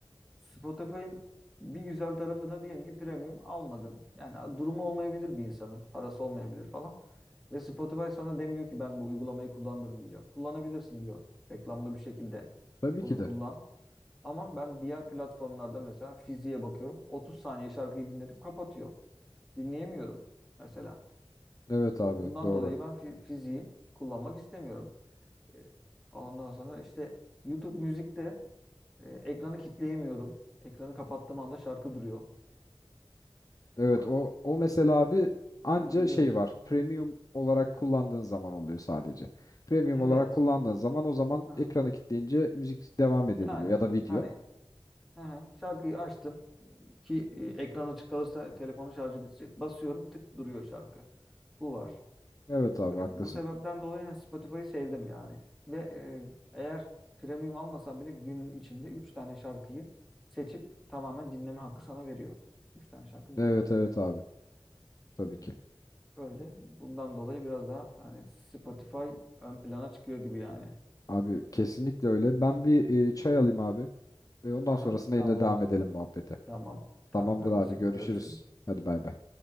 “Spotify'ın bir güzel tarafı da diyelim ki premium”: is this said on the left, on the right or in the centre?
Centre